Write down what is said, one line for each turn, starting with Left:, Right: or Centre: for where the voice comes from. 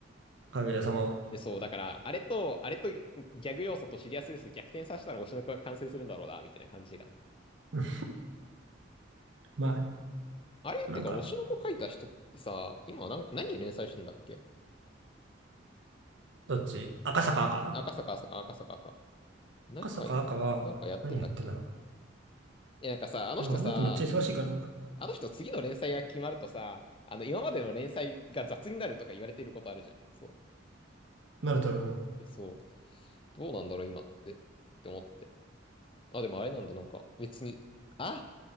Right: かぐや様は。
Left: え、そう、だから、あれと、あれとギャグ要素とシリアス要素逆転させたら推しの子が完成するんだろうな、みたいな感じが。
Right: うんまあ、
Left: あれってか、
Right: なんか、
Left: 推しの子書いた人ってさ、今なん、何連載してんだっけ
Right: どっち赤坂赤
Left: 赤坂、赤坂、赤坂。赤何書い、
Right: 赤坂赤は、
Left: なんかやってんだっけ
Right: 何やってんだろ
Left: え、なんかさ、あの人さ、
Right: う。でもあの人めっちゃ忙しいからな。
Left: あの人次の連載が決まるとさ、あの今までの連載が雑になるとか言われていることあるじゃん。そ
Right: なるだろうの。
Left: う。え、そう。どうなんだろう今って、って思って。あ、でもあれなんだ、なんか別に。あ、